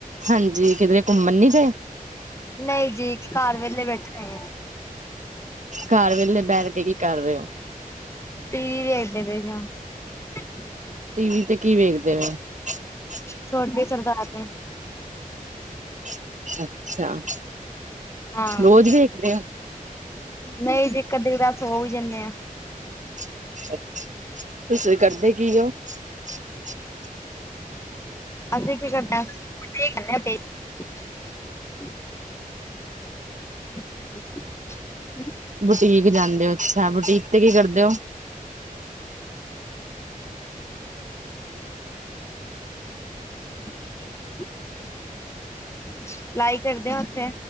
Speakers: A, on the right (about 55°); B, on the left (about 20°).
A: ਹਾਂਜੀ ਕਿਧਰੇ ਘੁੰਮਣ ਨੀ ਗਏ।
B: ਨਹੀਂ ਜੀ ਘਰ ਵੇਲੇ ਬੈਠੇ ਹੈ।
A: ਘਰ ਵੇਲੇ ਬੈਠ ਕੇ ਕੀ ਕਰ ਰਹੇ ਹੋ?
B: ਟੀ ਵੀ ਵੇਖਦੇ ਪਏ ਸੀ। <inaudible>
A: ਟੀਵੀ ਤੇ ਕੀ ਵੇਖਦੇ ਹੋ? <inaudible>
B: ਛੋਟੀ ਸਰਦਾਰਨੀ
A: ਅੱਛਾ -ਅੱਛਾ <inaudible>
B: ਹਾਂ
A: ਰੋਜ਼ ਵੇਖਦੇ ਓ।
B: ਨਹੀਂ ਜੇਕਰ ਦੇ ਤਾਂਸ <unintelligible> ਸੋ ਵੀ ਜਾਂਦੇ।
A: <inaudible> ਤੁਸੀਂ ਕਰਦੇ ਕੀ ਉਹ? <unintelligible>
B: ਅਸੀਂ ਕੀ ਕਰਨਾ <unintelligible> <unintelligible>
A: ਬੁਟੀਕ ਜਾਂਦੇ ਹੋ, ਅੱਛਾ ਬੁਟੀਕ ਤੇ ਕੀ ਕਰਦੇ ਹੋ?
B: ਅ <unintelligible> ਸਲਾਈ ਕਰਦੇ ਆ ਉੱਥੇ,